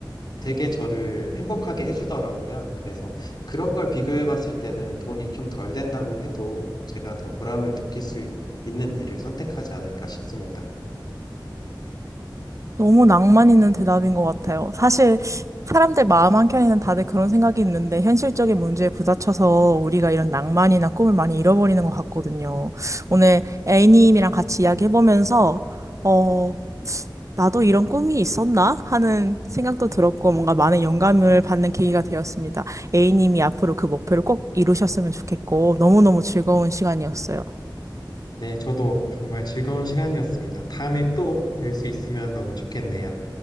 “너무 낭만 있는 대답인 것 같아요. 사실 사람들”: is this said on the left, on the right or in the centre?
Right